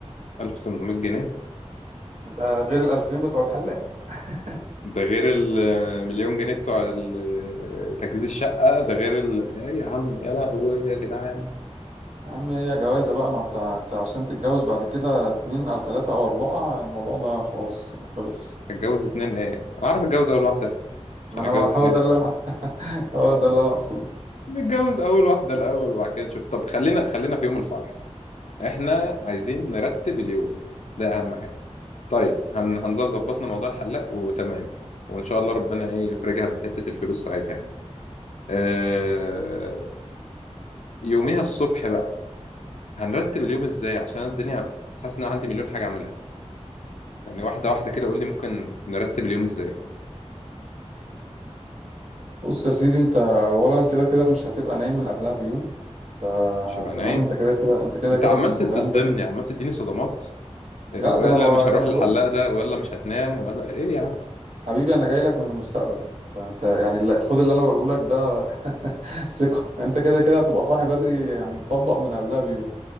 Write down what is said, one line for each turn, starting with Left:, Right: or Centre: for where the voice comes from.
Left: 1800 جنيه
Right: ده غير ال 2000 بتوع الحلاق <laughs>
Left: ده غير المليون جنيه بتوع ال- تجهيز الشقة ده غير ال... إيه يا عم يا لهوي يا جدعان
Right: يا عم هي جوازه بقى ما انت انت عشان تتجوز بعد كده اتنين او تلاته او اربعه الموضوع ده خلاص خلص
Left: اتجوز اتنين ايه انا عارف اتجوز اول واحدة عشان
Right: ما انا
Left: اتجوز
Right: <laughs> هو
Left: اتنين
Right: ده اللي انا <laughs> هو ده اللي انا اقصده
Left: نتجوز اول واحده الاول وبعد كده نشوف طب خلينا خلينا في يوم الفرح احنا عايزين نرتب اليوم ده اهم حاجه طيب هن هنظبط ظبطنا موضوع الحلاق وتمام وان شاء الله ربنا ايه يفرجها من حته الفلوس ساعتها يعني آه... يوميها الصبح بقى هنرتب اليوم ازاي عشان الدنيا حاسس ان أنا عندي مليون حاجه اعملها يعني واحده واحده كده قول لي ممكن نرتب اليوم ازاي
Right: بص يا سيدي انت اولا كده كده مش هتبقى نايم من قبلها بيوم فتمام
Left: مش هبقى نايم
Right: انت كده كده انت كده
Left: انت
Right: كده
Left: عمال
Right: في الصحيان
Left: تصدمني عمال تديني صدمات آه،
Right: لا
Left: ويلا
Right: ده انا بقى
Left: مش هروح
Right: ده انا
Left: للحلاق
Right: بقول
Left: ده ويلا مش هتنام ويلا ايه يا عم
Right: حبيبي انا جاي لك من المستقبل فانت يعني لا خد اللي انا بقوله لك ده <laughs> ثقة انت كده كده هتبقى صاحي بدري يعني مطبق من قبلها بيوم